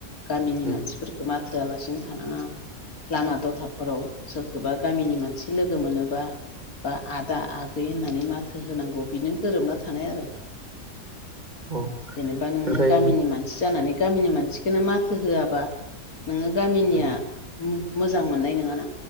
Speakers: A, on the left; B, on the right.
A: गामिनि
B: उम
A: मानसिफोरखौ
B: उम
A: मा थोआलासिनो थानाङा लामा दथाफोराव सोरखौबा गामिनि मानसि लोगो मोनोबा ओ आदा आगै होननानै माथो होनांगौ बिनो गोरोबना थानाय आरो।
B: अ
A: जेनेबा नोङो
B: ओमफ्राय
A: गामिनि मानसि जानानै गामिनि मानसिखौनो माथो होआबा नोङो गामिनिया
B: उम
A: मोजां मोननाय नङााना